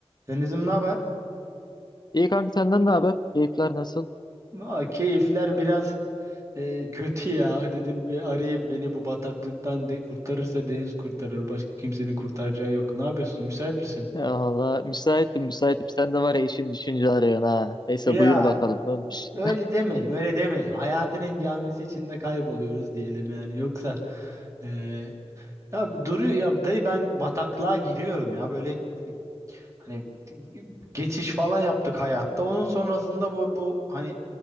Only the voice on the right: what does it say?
Denizim ne haber?
Aa, keyifler biraz e, kötü ya. Dedim bir arayayım beni bu bataklıktan de kurtarırsa Deniz kurtarır. Başka kimsenin kurtaracağı yok. Ne yapıyorsun? Müsait misin?
Ya
m,
öyle demeyelim, öyle demeyelim. Hayatın engamesi içinde kayboluyoruz diyelim yani. Yoksa e, ya duruyor ya dayı ben bataklığa gidiyorum ya böyle hani geçiş falan yaptık hayatta. Onun sonrasında bu bu hani